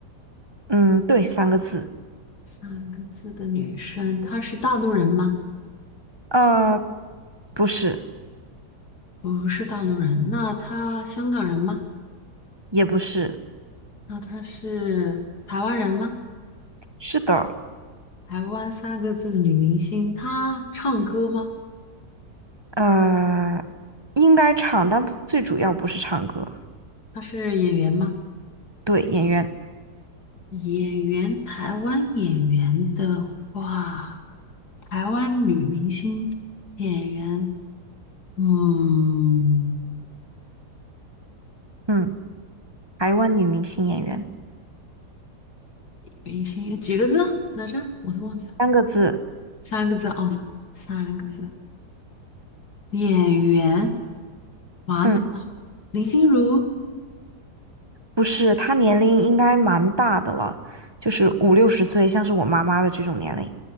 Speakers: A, on the right; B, on the left.
A: 嗯，对，三个字，
B: 三个字的女生，她是大陆人吗？
A: 呃，不是，
B: 不是大陆人，那她香港人吗？
A: 也不是，
B: 那她是台湾人吗？
A: 是的，
B: 台湾三个字的女明星，她唱歌吗？
A: 呃，应该唱，但不最主要不是唱歌，
B: 她是演员吗？
A: 对，演员，
B: 演员，台湾演员的话，台湾女明星演员，嗯，
A: 嗯，台湾女明星演员，
B: 明星几个字来着？我都忘记了，
A: 三个字，
B: 三个字哦，三个字。演员，完蛋了，
A: 嗯，
B: 林心如。
A: 不是，她年龄应该蛮大的了，就是五六十岁，像是我妈妈的这种年龄，